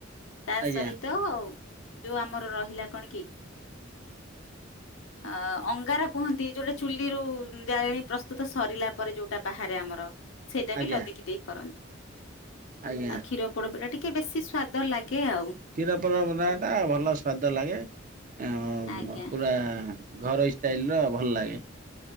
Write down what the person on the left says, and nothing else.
ତା
ସହିତ ଯୋଉ ଆମର ରହିଲା କଣ କି। ଅ ଅଙ୍ଗାର କୁହନ୍ତି ଯୋଉଟା ଚୁଲିରୁ ଜାଳେଣି ପ୍ରସ୍ତୁତ ସରିଲା ପରେ ଯୋଉଟା ବାହାରେ ଆମର। ସେଇଟା
ବି ଲଦିକି ଦେଇ କରନ୍ତି।
ଆଉ କ୍ଷୀର ପୋଡ ପିଠା ଟିକେ। କି ବେଶୀ ସ୍ଵାଦ ଲାଗେ। ଆଉ।
ଆଜ୍ଞା